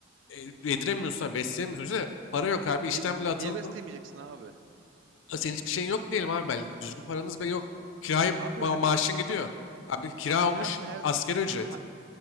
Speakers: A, on the left; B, on the right.
A: e, e, yediremiyorsun, besleyemiyorsun. Düşünsene, para yok abi.
B: niye
A: İşten bile atıldın.
B: niye besleyemeyeceksin abi?
A: Ha, Senin hiçbir şeyin yok diyelim abi belki. Düzgün paranız bile yok. Kiraya
B: Abi
A: ma
B: bu he-
A: maaşın gidiyor. Abi kira
B: abi bu
A: olmuş
B: hayatın her
A: asgari ücret.
B: ha-